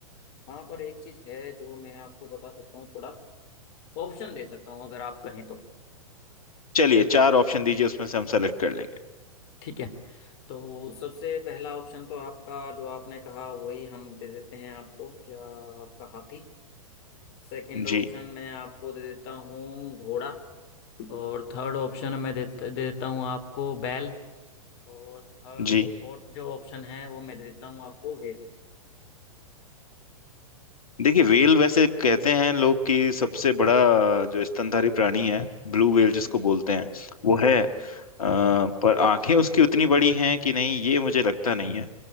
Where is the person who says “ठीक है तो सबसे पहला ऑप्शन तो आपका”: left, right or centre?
Left